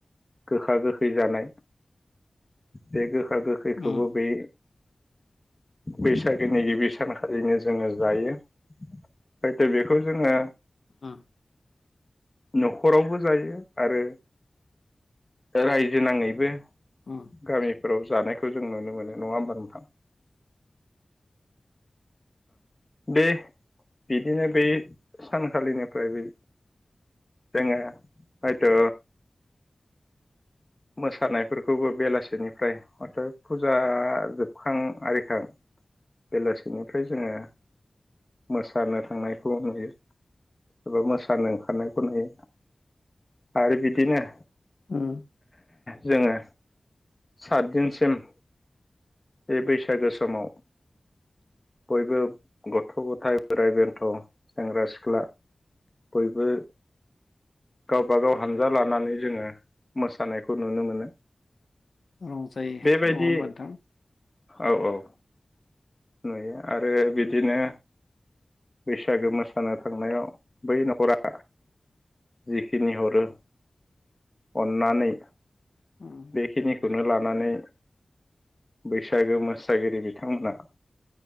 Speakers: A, on the left; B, on the left.
A: गोखा गोखै जानाय बे गोखा गोखैखौबो
B: उम
A: बे बैसागोनि गिबि सानखालिनो जोङो जायो हयथ' बेखौ जोङो
B: उम
A: न'खरावबो जायो आरो रायजो नाङैबो
B: उम
A: गामिफोराव जानायखौ जों नुनो मोनो नङा होमबा नोंथां दे बिदिनो बे सान खालिनिफ्राय बे जोङो हयथ' मोसानायफोरखौबो बेलासिनिफ्राय हथ' फुजा जोबखां आरिखां बेलासिनिफ्राय जोङो मोसानो थांनायखौ नुयो एबा मोसानो ओंखारनायखौ नुयो आरो बिदिनो
B: उम
A: जोङो सात दिनसिम बे बैसागो समाव बयबो गथ' गथाय बोराइ बेन्थ' सेंग्रा सिख्ला बयबो गावबा गाव हानजा लानानै जोङो मोसानायखौ नुनो मोनो।
B: रंजायो
A: बेबायदि
B: नङा होमबा नोंथां?
A: औ औ नुयो आरो बिदिनो बैसागो मोसानो थांनायाव बै न'खरा जिखिनि हरो अन्नानै
B: उम
A: बेखिनिखौनो लानानै बैसागो मोसागिरि बिथांमोनहा